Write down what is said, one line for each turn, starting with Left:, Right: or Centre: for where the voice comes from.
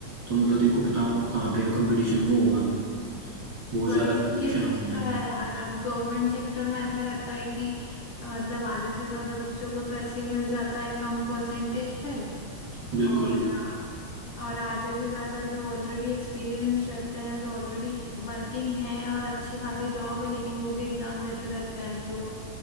Right: तो मतलब देखो बताओ कहाँ पे कंपटीशन वो होगा बहुत
Left: वही
Right: ज़्यादा कंपटीशन
Left: ये चीज
Right: होना
Left: तो
Right: है
Left: है यार अब गवर्नमेंट सेक्टर में ऐसा रहता है कि अ, मतलब आधे से ज्यादा बच्चों को तो ऐसे ही मिल जाता है कम परसेंटेज पे
Right: बिल्कुल
Left: और अ, और आधे से ज्यादा जो ऑलरेडी एक्सपीरियंस रहते हैं जो ऑलरेडी वर्किंग हैं और अच्छी खासी जॉब है लेकिन वो भी एग्जाम देते रहते हैं तो